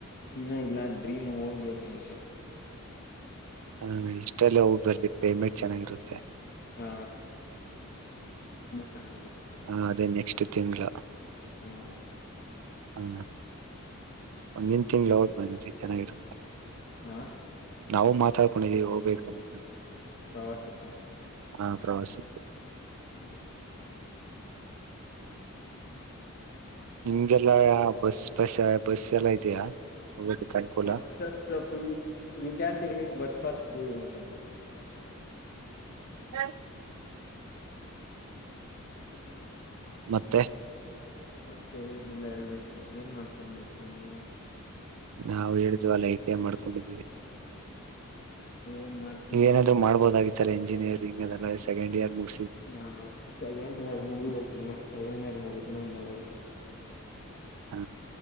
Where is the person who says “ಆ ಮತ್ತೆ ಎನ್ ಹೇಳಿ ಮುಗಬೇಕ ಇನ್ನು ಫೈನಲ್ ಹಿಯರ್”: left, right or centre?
Left